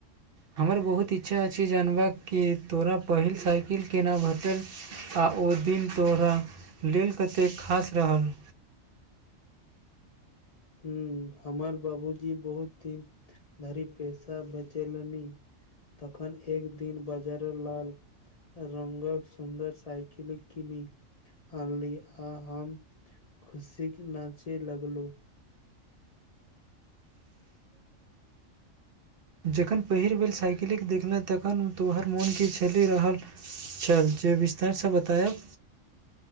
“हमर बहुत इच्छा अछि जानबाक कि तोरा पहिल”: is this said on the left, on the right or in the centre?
Right